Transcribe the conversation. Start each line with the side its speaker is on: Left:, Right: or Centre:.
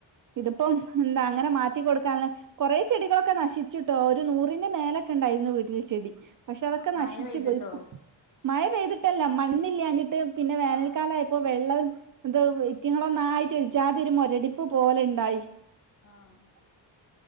Right: ഇതിപ്പം എന്താ അങ്ങനെ മാറ്റി കൊടുക്കാന് കൊറെ ചെടികളൊക്കെ നശിച്ചിട്ടോ ഒരു നൂറിന്റെ മേലൊക്കെ ഉണ്ടായിരുന്നു വീട്ടിൽ ചെടി. പക്ഷെ അതൊക്കെ
Left: മഴ
Right: നശിച്ചു
Left: പെയ്തിട്ടോ
Right: പോയി. മഴ പെയ്തിട്ടല്ല മണ്ണില്ലാഞ്ഞിട്ട് പിന്നെ വേനൽക്കാലം
Left: ആഹ്
Right: ആയപ്പോ വെള്ളം എന്ത <unintelligible> ചാതി ഒരു മുരടിപ്പ് പോലെ ഉണ്ട് ഉണ്ടായി
Left: ആഹ്